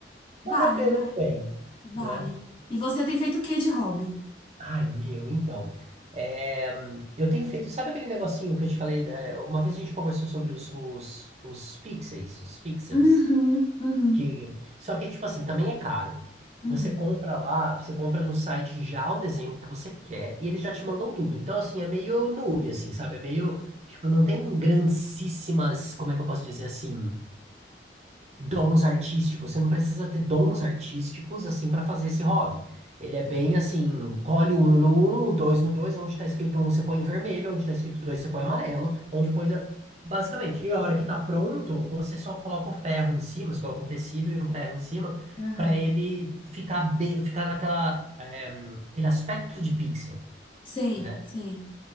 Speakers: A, on the right (about 40°); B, on the left (about 30°).
A: vale
B: Vale,
A: a pena
B: né?
A: também,
B: Vale.
A: né?
B: E você tem feito o que de hobby?
A: Ai, meu, então. É, eu tenho feito, sabe aquele negocinho que eu te falei? é, uma vez a gente conversou sobre os, os, os pixels, os pixels.
B: Uhum, uhum,
A: Que... Só que, tipo assim, também é caro.
B: uhum,
A: Você compra lá, você compra no site já o desenho que você quer e eles já te mandam tudo. Então, assim, é meio noob, assim, sabe? É meio, tipo, não tem grandíssimas, como é que eu posso dizer assim? dons artísticos. Você não precisa ter dons artísticos assim para fazer esse hobby. Ele é bem assim, colhe um no um, o dois no dois, onde está escrito um você põe em vermelho, onde está escrito dois você põe amarelo, onde põe basicamente. E a hora que tá pronto, você só coloca o ferro em cima, você coloca um tecido e um ferro em cima
B: aham.
A: para ele ficar bem, ficar naquela eh, aquele aspecto de pixel,
B: Sei,
A: né?
B: sei.